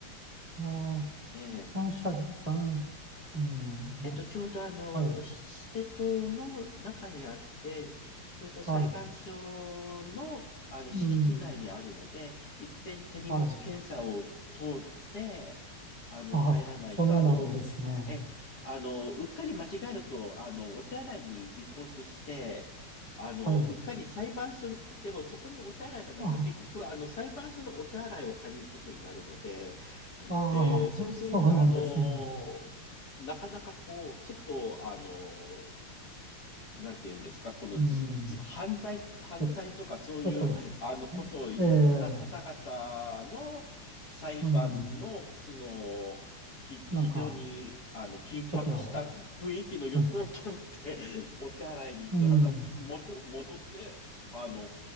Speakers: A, on the right; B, on the left.
A: あー、
B: え
A: 三者、三、うん、な、
B: えっと、ちょうどあの、
A: はい、
B: シテ島の中にあって、ちょうど裁判所の、
A: はい、
B: あの敷地内にあるので、
A: うん、
B: 一遍手荷物検査を通
A: はい。
B: って、あの、
A: あ、
B: 入らないと、
A: そんなのあるんですね。
B: あの、え、あの、うっかり間違えると、あの、お手洗いに行こうとして、あの、
A: はい。
B: うっかり裁判所、でもそこにお手洗いがないから、
A: あ
B: 結局、あの、裁判所のお手洗いを借りることになるので、
A: ああ、
B: で、そうすると、
A: <laughs> そうなんですね。
B: あの、なかなかこう、ちょっと、あの、なんて言うんですか、このじ、
A: うん。
B: じ、犯罪、犯罪とかそういう、
A: ちょっと、ちょっと、
B: あの、ことをやった方々の裁判の、
A: ええ、うん。
B: その、ひ、非常に、
A: なんか、
B: あの、緊迫した雰囲気の横を通って、
A: ちょっと、うん、
B: お手洗いに行って、
A: うん。
B: また元、戻って、あの、